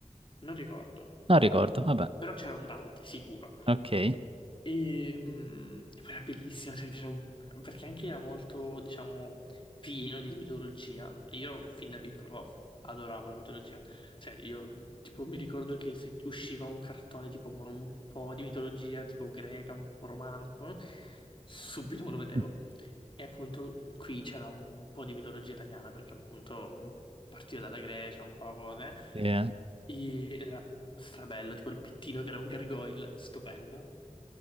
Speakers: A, on the left (about 40°); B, on the right (about 45°).
A: Non ricordo.
B: Non ricordo, vabbè,
A: Però c'era un Dante, sicuro.
B: ok.
A: E, mm, e poi era bellissima, cioè, mi piaceva un- perché anche era molto, diciamo, pieno di mitologia. E io fin da piccolo adoravo la mitologia. Cioè, io tipo mi ricordo che se usciva un cartone tipo con un po' di mitologia, tipo greca, un po' romana, un po', subito me lo vedevo.
B: <laughs>
A: E appunto qui c'era un po' di mitologia italiana, perché appunto partiva dalla Grecia, un po' cose.
B: Sì, Eh.
A: E- Ed era strabello, tipo il pittino che era un gargoyle, stupendo.